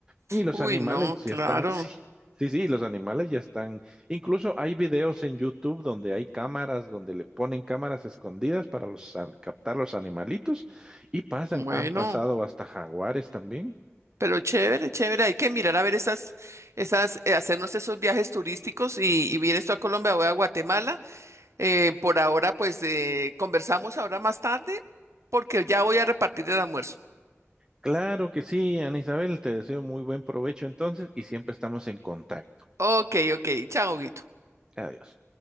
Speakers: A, on the right; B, on the right.
A: Y los
B: uy,
A: animales
B: no,
A: ya
B: claro.
A: están, <laughs> sí, sí, sí, los animales ya están. Incluso hay videos en YouTube donde hay cámaras, donde le ponen cámaras escondidas para los, a- captar los animalitos y pasan,
B: Bueno,
A: han pasado hasta jaguares también.
B: pero chévere, chévere. Hay que mirar a ver esas, esas, eh, hacernos esos viajes turísticos y, y vienes tú a Colombia, voy a Guatemala. Eh, por ahora, pues eh, conversamos ahora más tarde porque ya voy a repartir el almuerzo.
A: Claro que sí, Ana Isabel, te deseo muy buen provecho entonces y siempre estamos en contacto.
B: Ok, ok. Chao, Guito.
A: Adiós.